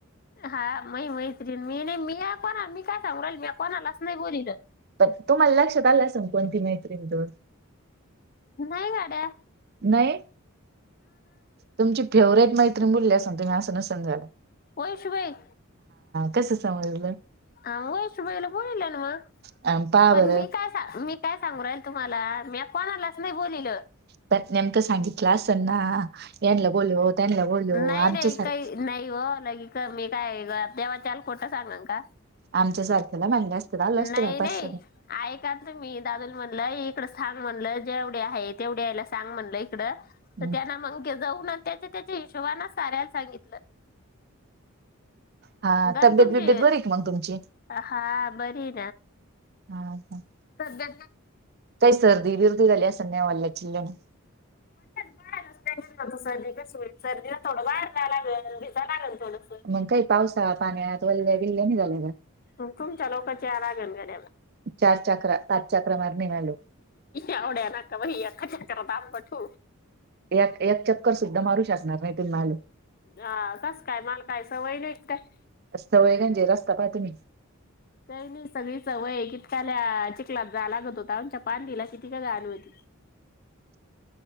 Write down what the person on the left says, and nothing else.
हा मही मैत्रीण मी नाही मी कोणा मी काय सांगू राहिली मी कोणालाच नाय बोलील.
नाई वाड्या
वैशु बाई.
आ म वैशू बाईला बोलील्या ना मग
पण
मी काय सा मी काय सांगू राहीले तुम्हाला म्या कोणालाच नाय बोलिले
नाई
नाई
काय नाई हो मी काय गळ्या देवाच्याल खोट सांगण का?
नाई
नाई
ऐका नं तुम्ही दादू म्हणलं इकड सांग म्हणलं जेवढया हाय तेवढ्या यायला सांग म्हणलं इकड
तर त्यांना मंग जाऊन अनं त्याच्या त्याच्या हिशोबाना साऱ्याला सांगितलं.
गण
तुमची
हा बरी आहे
सध्या
सर्दी क होईल सर्दीला थोडं वा अढा लागेल भिता लागेल. थोडस
मग तुमच्या लवकच्या या रा घलगड्याला
आवड्या नका भाई अकाा चकरा दमबठू.
हा कस काय माल काय सवय नाही. काय
काही नाही सगळी स वय कितकाला चिकला जा लागत होता आमच्या पां तला किती का गणवती